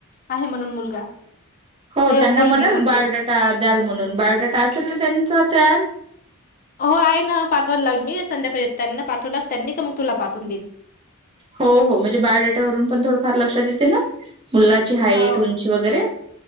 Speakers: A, on the left (about 40°); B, on the right (about 25°).
A: आहे म्हणून मुलगा
B: हो
A: ए
B: त्यांना
A: मुलगी
B: म्हणाल
A: मुलगी
B: बायोडाटा द्याल म्हणून बायोडाटा असेल ना त्यांचा तयार
A: हो आहे ना पाठवायला लागल मी संध्याकाळी येत त्यांना पाठवलाग त्यांनी का मग तुला पाठवून देईन
B: हो म्हणजे बायोडेटावरून पण थोडं फार लक्षात येते ना ची हाईट
A: हो
B: उंची
A: हो
B: वगैरे